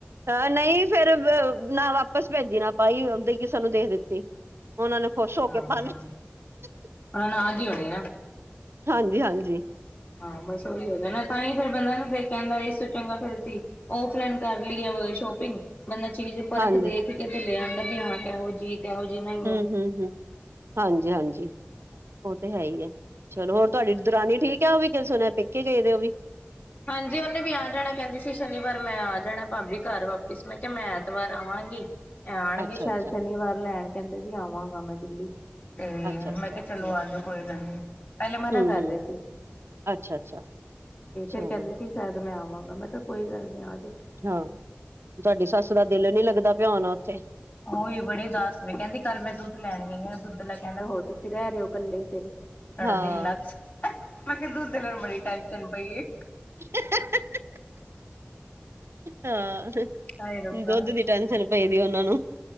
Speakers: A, on the right; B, on the left.
A: ਹਾਂ ਨਹੀਂ ਫੇਰ। ਨਾ ਵਾਪਿਸ ਭੇਜੀ ਨਾ ਭਾਈ ਉਦਾਂ ਹੀ ਕਿਸੇ ਨੂੰ ਦੇ ਦਿੱਤੀ। ਉਹਨਾਂ ਨੇ ਖ਼ੁਸ਼ ਹੋ
B: ਹਾਂ
A: ਕੇ ਪਾ ਲਿਆ।
B: ਉਹਨਾਂ ਨਾਲ ਆ ਗਈ ਹੋਣੀ ਨਾ
A: ਹਾਂਜੀ -ਹਾਂਜੀ
B: ਹਾਂ ਬਸ ਓਹੀ ਹੈਗਾ ਨਾ ਤਾਂ ਹੀ ਫਿਰ ਬੰਦਾ ਨਾ ਕਹਿੰਦਾ ਸੋਚਾਂਗਾ ਫਿਰ ਅਸੀਂ ੳਫਲਾਈਨ ਕਰ। ਲਿਆ ਸ਼ੋਪਿੰਗ ਬੰਦਾ ਚੀਜ਼ ਪਰਖ
A: ਹਾਂਜੀ
B: ਦੇਖ ਕੇ ਤੇ ਲੈ ਆਉਦਾ ਵੀ ਹਾਂ ਕਿਹੋ ਜਿਹੀ ਕਿਹੋ ਜਿਹੀ ਨਹੀਂ ਹੈ।
A: ਹਮ -ਹਮ -ਹਾਂਜੀ ਹਾਂਜੀ ਉਹ ਤੇ ਹੈ ਹੀ ਹੈ ਚਲੋ ਹੋਰ ਤੁਹਾਡੀ ਦਰਾਨੀ ਠੀਕ ਹੈ ਉਹ ਵੀ। ਸੁਣਿਆ ਪੇਕੇ ਗਏ ਦੇ ਉਹ ਵੀ।
B: ਹਾਂਜੀ ਉਹਨੇ ਵੀ ਆ ਜਾਣਾ ਕਹਿੰਦੀ ਸੀ ਸ਼ਨੀਵਾਰ ਮੈਂ ਆ ਜਾਣਾ ਭਾਬੀ ਘਰ ਵਾਪਿਸ ਮੈਂ ਕਿਹਾ ਮੈਂ ਐਤਵਾਰ ਆਵਾਂਗੀ। ਆਉਣਗੇ
A: ਅੱਛਾ
B: ਸ਼ਾਇਦ
A: ਅੱਛਾ
B: ਸ਼ਨੀਵਾਰ ਲੈਣ ਕਹਿੰਦੇ ਸੀ ਆਵਾਂਗਾ ਮੈਂ ਦਿੱਲੀ। ਤੇ
A: ਅੱਛਾ ਅੱਛਾ
B: ਮੈਂ ਕਿਹਾ
A: ਠੀਕ
B: ਚਲੋ ਆ
A: ਹੈ
B: ਜਾਓ ਕੋਈ ਗੱਲ ਨੀ ਪਹਿਲੇ ਮਨਾ
A: ਹੂੰ
B: ਕਰ
A: ਹੂੰ
B: ਰਹੇ ਸੀ।
A: ਅੱਛਾ -ਅੱਛਾ ਚਲੋ
B: ਫਿਰ ਕਹਿੰਦੇ ਸੀ ਸ਼ਾਇਦ ਮੈਂ ਆਵਾਂਗਾ ਮੈਂ ਕਿਹਾ ਕੋਈ ਗੱਲ ਨੀ ਆ ਜਾਓ।
A: ਹਾਂ ਤੁਹਾਡੀ ਸੱਸ ਦਾ ਦਿਲ ਨੀ ਲੱਗਦਾ ਪਿਆ ਹੁਣ ਉਥੇ।
B: ਉਹੀ ਬੜੇ ਉਦਾਸ ਨੇ ਕਹਿੰਦੀ ਕੱਲ ਮੈਂ ਦੁੱਧ ਲੈਣ ਗਈ ਹਾਂ ਦੁੱਧ ਲੈ ਕੇ ਆਂਦਾ ਹੋਰ ਤੁਸੀਂ। ਰਹਿ ਰਹੇ ਹੋ ਕੱਲੇ ਫਿਰ ਤੁਹਾਡਾ
A: ਹਾਂ
B: ਦਿਲ ਲੱਗ ਮੈਂ ਕਿਹਾ ਦੁਧ ਦੀ ਬੜੀ ਟੈਂਨਸ਼ਨ ਪਈ ਏ।
A: <unintelligible> ਹਾਂ
B: ਹਾਏ ਰੱਬਾ।
A: ਦੁੱਧ ਦੀ ਟੈਂਨਸ਼ਨ ਪਈ ਦੀ ਉਹਨਾਂ ਨੂੰ।